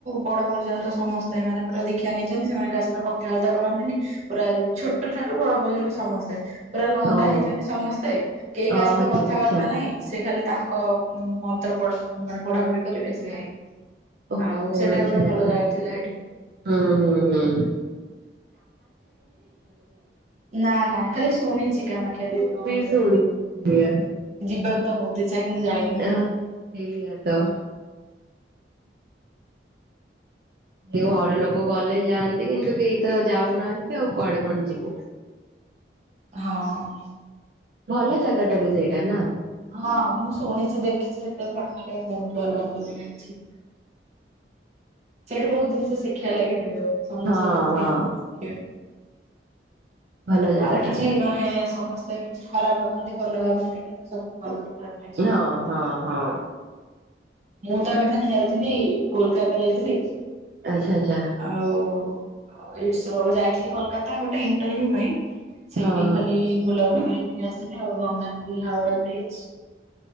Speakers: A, on the right; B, on the right.
A: ବଡ ପର୍ଯ୍ୟନ୍ତ ସମସ୍ତେ ଏମାନେ ପୁରା ଦୀକ୍ଷ୍ୟା ନେଇଚନ୍ତି ସେମାନେ କା ସହିତ କଥାବାର୍ତ୍ତା କରନ୍ତିନି ପୁରା ଛୋଟ ଠାରୁ ବଡ ପର୍ଯ୍ୟନ୍ତ ସମସ୍ତେ। ପୁରା ଲଣ୍ଡା
B: ଓହୋ
A: ହେଇଚନ୍ତି ସମସ୍ତେ କେହି
B: ଅ
A: କାହା ସହିତ
B: ଆଚ୍ଛା
A: କଥାବାର୍ତ୍ତା
B: ଆଚ୍ଛା।
A: ନାହିଁ ସେ ଖାଲି ତାଙ୍କ ମନ୍ତ୍ର ପଢ ମାନେ ପଢ଼ାପଢି କରିବେ ସେଇଆ ହିଁ।
B: ଓହୋ
A: ଆଉ ସେଟା
B: ଆଚ୍ଛା
A: ବି ଗୋଟେ ଭଲ
B: ଆଚ୍ଛା
A: ଜାଗା ଥିଲା ସେଠି।
B: ହୁଁ ହୁଁ ହୁଁ।
A: ନା ନା ଖାଲି ଶୁଣିଚି। କାମାକ୍ଷା ଦେବ
B: ମୁଁ ବି
A: ମନ୍ଦିର
B: ଶୁଣିଛି ସେଇଆ
A: ଯିବାକୁ ତ ବହୁତ୍ ଇଚ୍ଛା କି ମୁଁ ଯାଇନି।
B: ହଁ ସେଇଆ ତ। ଏ ଘର ଲୋକ ଗଲେ ଯାଆନ୍ତି କିନ୍ତୁ କେହି ତ ଯାଉନାହାନ୍ତି ଆଉ କଆଡେ କଣ ଯିବୁ।
A: ହଁ।
B: ଭଲ ଜାଗା ଟା ବି ସେଇଟା ନା?
A: ହଁ ମୁଁ ଶୁଣିଚି ଦେଖିଛି ଯେତେ ଫଟରେ ବହୁତ୍
B: ହୁଁ
A: ଭଲ ବୋଲି
B: ହୁଁ
A: ଜାଣିଛି। ସେଠି ବହୁତ୍ ଜିନିଷ ଶିଖିଆ ଲାଗି ମିଳିବ ସମସ୍ତେ
B: ହଁ
A: ବହୁତ୍
B: ହଁ
A: କିଛି ଶିଖିବେ।
B: ଭଲ ଜାଗା
A: ଆଉ
B: ଟା
A: କିଛି ମାନେ ସମସ୍ତେ କିଛି ଖରାପ୍ ଭାବନ୍ତି ଭଲ ଭାବନ୍ତି କିନ୍ତୁ ସବୁ ଭଲ। ଥାଏ ସେଠି।
B: ହଁ ହଁ ହଁ।
A: ମୁଁ ତ ଏବେ ଖାନି ଯାଇଥିଲି କୋଲ୍ କାତା ଯାଇଥିଲି
B: ଆଛା ଆଛା।
A: ଆଉ <inaudible> ଯାଇଥିଲି କଲ୍ କାତା ଗୋଟେ ଇଣ୍ଟରଭ୍ୟୁ ପାଇଁ ସେଇଟି
B: ହଁ ହଁ
A: ଖାଲି ବୁଲା ବୁଲିକିରି ଟିକେ ଆସି ଲି ଆଉ ଗଙ୍ଗାନଦୀ ହାଉଡା ବ୍ରିଜ୍